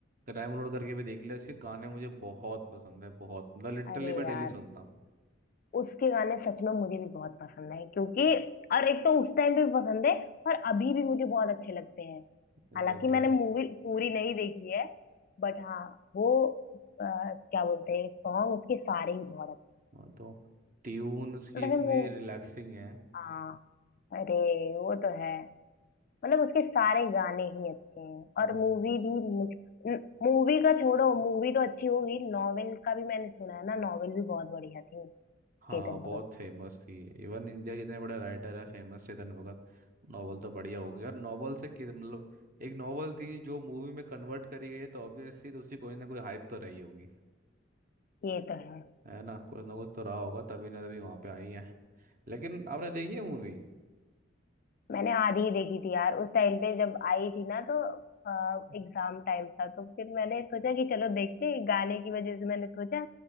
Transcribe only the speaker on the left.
अरे
यार
उसके गाने सच में मुझे भी बहुत पसंद है क्योंकि और एक तो उस टाइम पे भी पसंद है और अभी भी मुझे बहुत अच्छे लगते हैं
हालांकि मैंने मूवी पूरी नहीं देखी है बट हाँ वो अ, क्या बोलते हैं सॉन्ग उसके सारे ही बहुत अच्छे
मतलब
मूव
हाँ अरे वो तो है मतलब उसके सारे गाने ही अच्छे हैं
और मूवी भी मुझ मूवी का छोड़ो मूवी तो अच्छी होगी नॉवेल का भी मैंने सुना है ना नॉवेल भी बहुत बढ़िया थी चेतन
भगत
की।
हाँ
ये तो है
मैंने आधी ही देखी थी यार उस टाइम पे जब आई थी ना तो एग्जाम
टाइम था तो फिर मैंने सोचा कि चलो देखते हैं गाने की वजह से मैंने सोचा